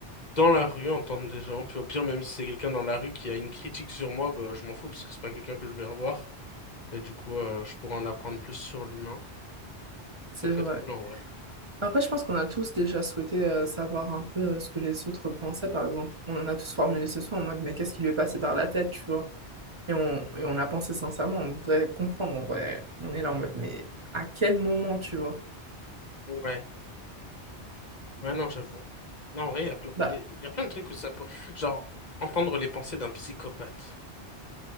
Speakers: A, on the left; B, on the right.
A: dans la rue, entendre des gens. Puis au pire, même si c'est quelqu'un dans la rue qui a une critique sur moi, bah, je m'en fous parce que c'est pas quelqu'un que je vais revoir. Et du coup, euh, je pourrais en apprendre plus sur l'humain.
B: c'est
A: Ça peut
B: vrai.
A: être cool en vrai.
B: Après, je pense qu'on a tous déjà souhaité euh, savoir un peu euh, ce que les autres pensaient, par exemple. On en a tous formulé ce soir en mode, mais qu'est-ce qui lui est passé par la tête, tu vois? Et on, et on l'a pensé sincèrement, on voudrait comprendre, on, voudrait- on est là en mode, mais à quel moment, tu vois?
A: Ouais, ouais, non, j'avoue. Non, en vrai, il y a plein,
B: Bah,
A: il y a- il y a plein de trucs où ça peut... Genre, entendre les pensées d'un psychopathe,